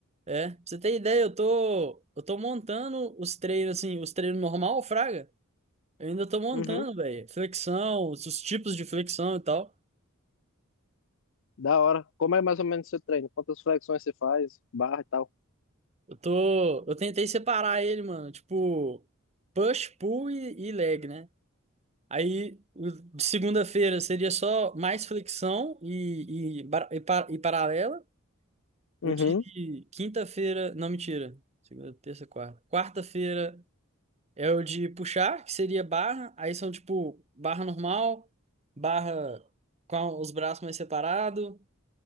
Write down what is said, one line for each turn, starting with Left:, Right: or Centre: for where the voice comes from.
Right: É, pra você tem ideia, eu tô, eu tô montando os treinos, assim, os treinos normal, fraga. Eu ainda tô montando,
Left: Uhum.
Right: velho. Flexão, os os tipos de flexão e tal.
Left: Da hora. Como é mais ou menos o seu treino? Quantas flexões você faz? Barra e tal?
Right: Eu tô, eu tentei separar ele, mano. Tipo, push, pull e, e leg, né? Aí, o- de segunda-feira seria só mais flexão e, e, bar- e, par- e paralela. O
Left: Uhum.
Right: dia de quinta-feira, não, mentira. Segunda, terça, quarta. Quarta-feira É o de puxar, que seria barra. Aí são tipo barra normal, barra com a- os braços mais separados,